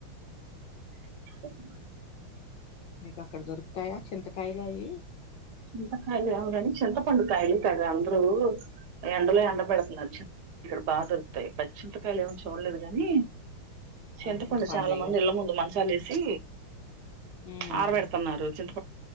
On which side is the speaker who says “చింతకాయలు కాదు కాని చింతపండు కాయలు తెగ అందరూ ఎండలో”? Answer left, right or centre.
Right